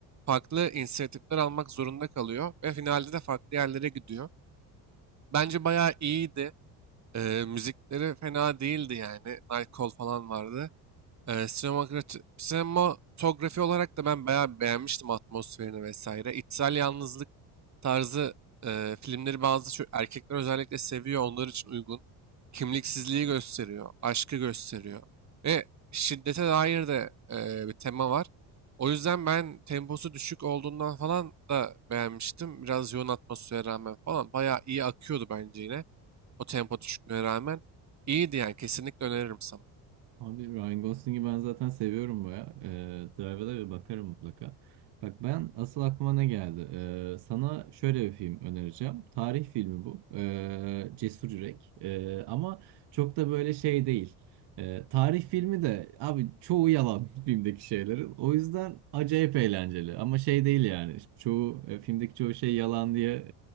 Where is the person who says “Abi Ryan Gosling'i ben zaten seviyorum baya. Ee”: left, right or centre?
Right